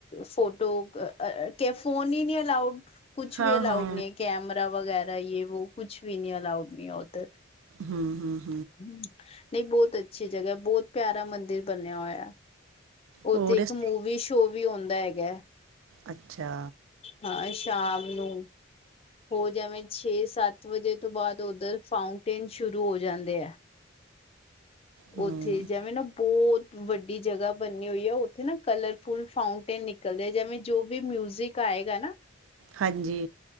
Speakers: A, on the left; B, on the right.
A: ਫੋਟੋ ਆਹ ਅ ਕੇ ਫੋਨ ਹੀ ਨਹੀਂ ਅਲਾਊਡ ਕੁਛ
B: ਹਾਂ
A: ਵੀ ਅਲਾਊਡ
B: ਹਾਂ
A: ਨਹੀਂ ਐ, ਕੈਮਰਾ ਵਗੈਰਾ ਯ ਵੋ ਕੁਛ ਵੀ ਨੀ ਅਲਾਊਡ ਨਹੀਂ ਆ ਉੱਧਰ
B: ਹਮ-ਹਮ।
A: ਹਮ, ਨਹੀਂ ਬਹੁਤ ਅੱਛੀ ਜਗ੍ਹਾ ਬਹੁਤ ਪਿਆਰਾ ਮੰਦਿਰ ਬਣਿਆ ਹੋਇਆ। ਉੱਥੇ
B: ਹੋਰ
A: ਇੱਕ
B: ਇਸ
A: ਮੂਵੀ ਸ਼ੋ ਵੀ ਹੁੰਦਾ ਹੈਗਾ।
B: ਅੱਛਾ
A: ਹਾਂ ਇਹ ਸ਼ਾਮ ਨੂੰ। ਹੋ ਜਵੇਂ ਛੇ-ਸੱਤ ਵਜੇ ਤੋਂ ਬਾਅਦ, ਉੱਧਰ ਫਾਊਂਟੇਨ ਸ਼ੁਰੂ ਹੋ ਜਾਂਦੇ ਆ।
B: ਹੂੰ
A: ਉੱਥੇ ਜਿਵੇਂ ਨਾ ਬਹੁਤ। ਵੱਡੀ ਜਗ੍ਹਾ ਬਣੀ ਹੋਈ, ਉੱਥੇ ਨਾ ਕਲਰਫੁਲ ਫਾਂਊਟੇਨ ਨਿਕਲਦੇ, ਜਿਵੇਂ ਜੋ ਵੀ ਮਿਊਜ਼ਿਕ ਗਾਏਗਾ ਨਾ।
B: ਹਾਂਜੀ।